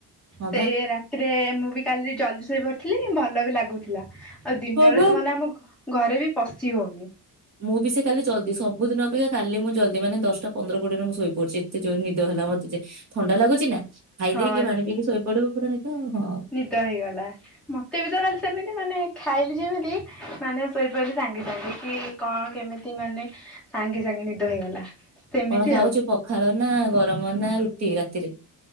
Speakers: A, on the right (about 40°); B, in the centre.
A: ହଁ
B: ସେଇ
A: ପା।
B: ରାତିରେ ମୁଁ ବି କାଲି ଜଲ୍ଦି ଶୋଇପଡିଥିଲି ଭଲ ବି ଲାଗୁ ଥିଲା ଆଉ ଦିନରେ
A: ହଁ ପା।
B: ତ ମାନେ ଆମ ଘ ଘରେ ବି ପଶି ହଉନି।
A: ମୁଁ ବି ସେ କାଲି ଜଲ୍ଦି ସବୁଦିନ ଅପେକ୍ଷା କାଲି ମୁଁ ଜଲ୍ଦି ମାନେ ଦଶଟା ପନ୍ଦର କୋଡିରେ ମୁଁ ଶୋଇପଡିଚି ଏତେ ଜୋର ନିଦ ହେଲା ମତେ ଯେ ଥଣ୍ଡା ଲାଗୁଚି ନା ଖାଇ
B: ହଁ
A: ଦେଇକି ପାଣି ପିଇକି ଶୋଇପଡିବ ପୁରା ନିଦ ଆଉ କଁ।
B: ଟା ହେଇଗଲା। ମତେ ବି ତ କାଲି ସେମିତି ମାନେ ଖାଇଲି ଯେମିତି ମାନେ ଶୋଇପଇଲି ସାଙ୍ଗେ ସାଙ୍ଗେ କି କଣ କେମିତି ମାନେ ସାଙ୍ଗେ ସାଙ୍ଗେ ନିଦ ହେଇଗଲା। ସେମିତି
A: କଣ ଖାଉଚୁ
B: ଆଉ
A: ପଖାଳ ନା ଗରମ ନା ରୁଟି ରାତିରେ?